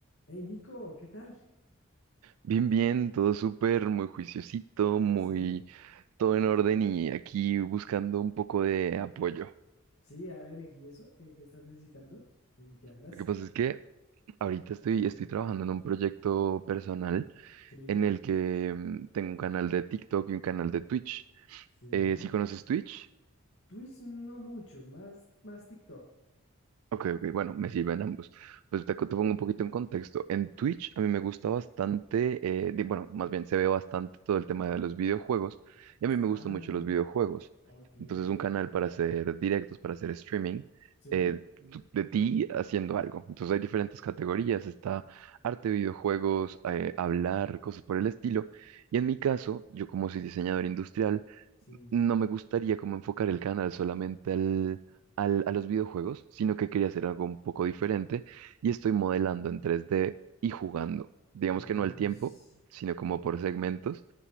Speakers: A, on the left; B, on the right.
A: Hey Nico, ¿qué tal?
B: Bien, bien, todo súper, muy juiciosito, muy
A: Sí,
B: todo en orden y aquí buscando un poco de apoyo.
A: sí, a ver, ¿y eso? ¿Qué, qué estás necesitando? ¿En qué andas?
B: Lo que pasa es que ahorita estoy, estoy
A: <clears throat>
B: trabajando en un proyecto personal
A: Sí,
B: en el que mm, tengo un canal de TikTok y un canal de Twitch.
A: sí.
B: Eh, ¿sí conoces Twitch?
A: Twitch no mucho, más, más TikTok.
B: Ok, ok, bueno, me sirven ambos. Pues te, te pongo un poquito en contexto. En Twitch a mí me gusta bastante, eh, di- bueno, más bien se ve bastante todo el tema de los videojuegos y a mí me
A: Ah,
B: gustan mucho los videojuegos.
A: ok,
B: Entonces
A: ok.
B: un canal para hacer directos, para hacer streaming
A: Sí,
B: eh, tu- de ti haciendo algo. Entonces hay diferentes categorías, está arte, videojuegos, eh, hablar, cosas por el estilo. Y en mi caso, yo como soy diseñador industrial,
A: sí.
B: no me gustaría como enfocar el canal solamente al, al- a los videojuegos, sino que quería hacer algo un poco diferente y estoy modelando en 3D y jugando. Digamos
A: Uy,
B: que no al tiempo,
A: s-
B: sino como por segmentos.